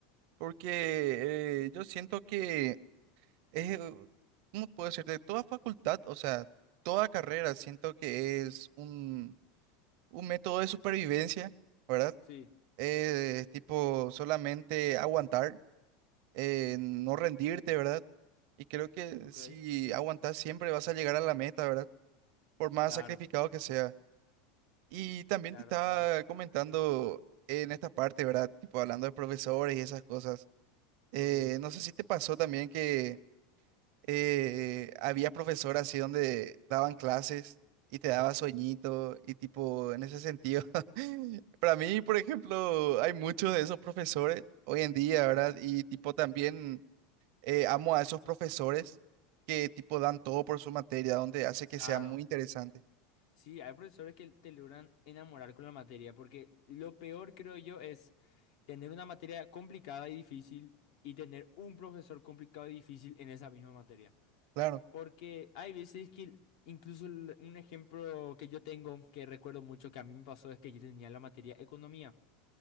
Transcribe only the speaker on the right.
porque eh, yo siento que es, eh, ¿cómo puedo decir? De toda facultad, o sea, toda carrera, siento que es un, un método de supervivencia, ¿verdad?
Es tipo solamente aguantar, eh, no rendirte, ¿verdad? Y creo que
si aguantas siempre vas a llegar a la meta, ¿verdad? Por más
sacrificado que sea. Y también
te estaba
comentando en esta parte, ¿verdad? Tipo hablando de profesores y esas cosas. Eh,
no sé si te pasó también que eh, había profesor así donde daban clases y te daba sueñito y tipo en ese sentido. <laughs> Para mí, por ejemplo, hay muchos de esos profesores hoy en día, ¿verdad? Y tipo también eh, amo a esos profesores que tipo dan todo por su materia, donde hace que
sea muy interesante.
Claro.